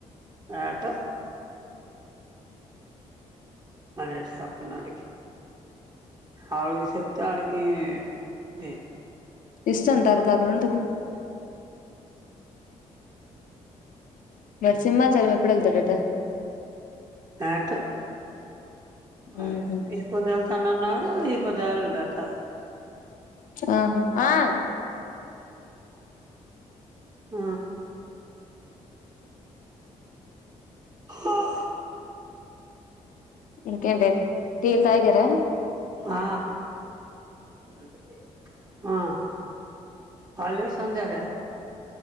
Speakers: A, on the right (about 25°); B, on the left (about 60°).
A: ఏటో అరే సప్పుడన్నిక్ ఆవ్ డికి సప్తే ఆడికి దే
B: ఇస్తాం తరుత అక్కడ ఉంటుది మరి సింమాచలం ఎప్పుడు వెళ్తాడట
A: ఏటో
B: మ్హూ
A: ఆరే ఈ పొద్దు ఎల్తనన్నాడు ఈ పొద్ జాల్ డట
B: ఆ ఆ
A: ఆ ఆా
B: ఇంకేంటి అయిత్ టీ ల్ తాగరా
A: ఆ ఆ ఎ చెూడ ఆ అళీ సంధ్యారే